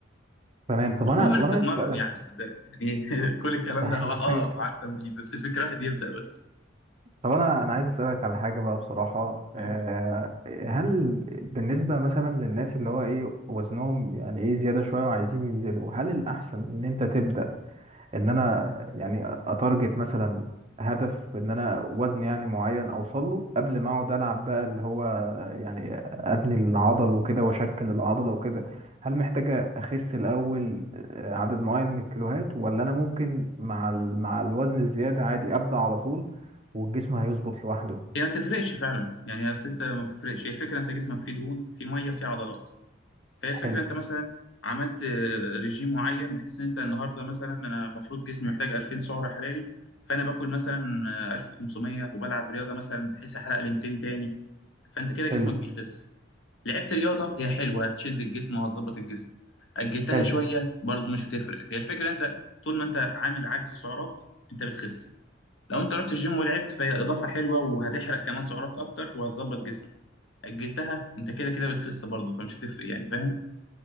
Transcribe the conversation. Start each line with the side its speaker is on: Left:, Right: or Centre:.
Right: تمام طب انا
Left: المهم
Right: طب
Left: انك
Right: انا
Left: تتمرن
Right: عايز اسالك
Left: يعني صدقني يعني <laughs> كل الكلام
Right: <laughs>
Left: ده هو اه
Right: حاجة.
Left: على التمرين بس الفكره واحد يبدا بس
Right: طب انا انا عايز اسالك على حاجه بقى بصراحه آه،
Left: إيه.
Right: هل بالنسبه مثلا للناس اللي هو ايه وزنهم يعني ايه زياده شويه وعايزين ينزلوا هل الاحسن ان انت تبدا ان انا يعني اتارجت مثلا هدف ان انا وزن يعني معين اوصل له قبل ما اقعد العب بقى اللي هو يعني ابني العضل وكده واشكل العضله وكده هل محتاجه اخس الاول آه، عدد معين من الكيلوهات ولا انا ممكن مع ال... مع الوزن الزياده عادي ابدا على طول والجسم هيظبط لوحده
Left: هي ما بتفرقش فعلا يعني اصل انت ما بتفرقش هي الفكره انت جسمك فيه دهون فيه ميه فيه عضلات فهي الفكرة
Right: حلو
Left: انت مثلا عملت آه، رجيم معين بحيث ان انت النهاردة مثلا انا المفروض جسمي محتاج 2000 سعرة حراري فانا باكل مثلا آه، 1500 وبلعب رياضة مثلا بحيث احرق لي 200 تاني فانت كده جسمك
Right: حلو
Left: بيخس لعبت رياضة هي حلوة هتشد الجسم وهتظبط الجسم أجلتها
Right: حلو
Left: شوية برضو مش هتفرق هي الفكرة انت طول ما انت عامل عجز سعرات انت بتخس لو انت رحت الجيم ولعبت فهي إضافة حلوة وهتحرق كمان سعرات أكتر وهتظبط جسمك أجلتها انت كده كده بتخس برضو فمش هتفرق يعني فاهم